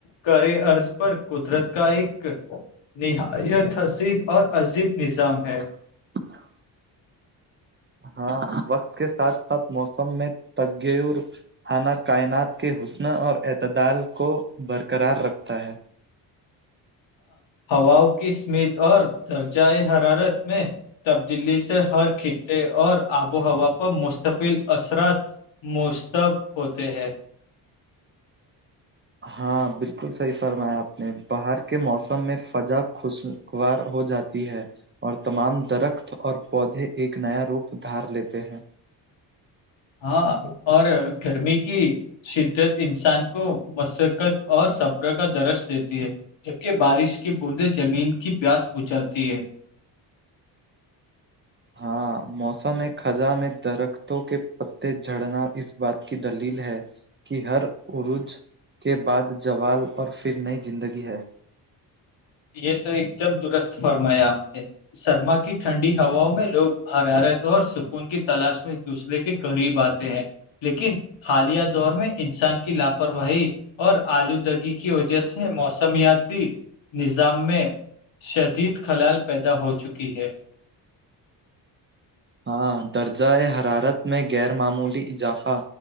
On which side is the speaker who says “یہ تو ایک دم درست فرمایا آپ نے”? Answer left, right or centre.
Left